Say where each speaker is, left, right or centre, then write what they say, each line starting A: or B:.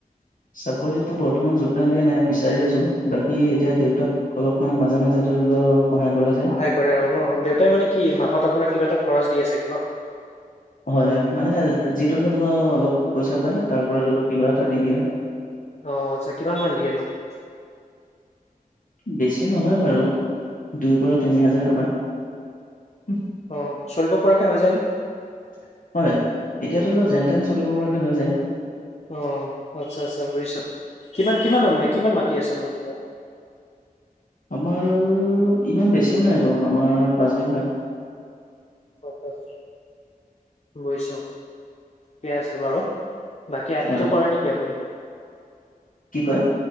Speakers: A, on the left (about 65°); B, on the left (about 45°).
A: চাকৰিতটো বৰ্তমান যোগদান দিয়া নাই বিচাৰি আছো বাকি এতিয়া দেউতাক অলপমান মাজে মাজে ধৰি লও সহায় কৰা যায়
B: সহায় কৰে আৰু ন দেউতাই মানে কি মাহত আপোনাক কিবা এটা খৰচ দি আ চাগ <unintelligible> <inaudible>
A: হয় মানে যিটো ধৰি লও অলপ পইচা পায় তাৰ পৰা ধৰি লওক কিবা এটা দি দিয়া
B: আহ আচ্ছা কিমান মান দিয়ে নো <unintelligible>
A: বেছি নহয় বাৰু দুইৰ পৰা তিনি হাজাৰ টকা। হয়
B: অ' চলিব পৰাকে হৈ যায় নে?
A: এতিয়া ধৰি ল যেন তেন। চলিব পৰাকে হৈ যায়।
B: অ আচ্ছা আচ্ছা বুজিছোঁ কিমান কিমান কিমান মাটি আছে আপোনালোক।
A: আমাৰ ইমান বেছিও নাই বাৰু আমাৰ পাঁচ বিঘা।
B: আচছা আচছা বুজিছো ঠিকে আছে বাৰু। বাকী আধিটো
A: হয়
B: কৰে নেকি আপুনি?
A: কি কয়?